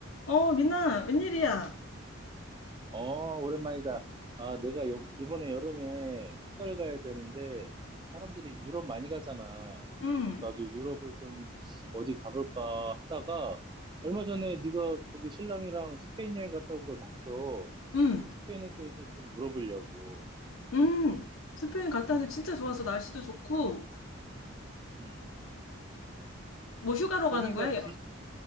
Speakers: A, on the left; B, on the right.
A: 어, 민아, 웬일이야?
B: 어, 오랜만이다. 아, 내가 요, 이번에 여름에 휴가를 가야 되는데, 사람들이 유럽 많이 가잖아.
A: 응,
B: 그래서 나도 유럽을 좀 어디 가볼까 하다가, 얼마 전에 네가 거기 신랑이랑 스페인 여행 갔다 온 걸 봤어.
A: 응,
B: 그 스페인에 대해서 좀 물어보려고.
A: 응. 스페인 갔다 왔는데 진짜 좋았어. 날씨도 좋고.
B: 음.
A: 뭐 휴가로
B: 거기가
A: 가는 거야?
B: 지-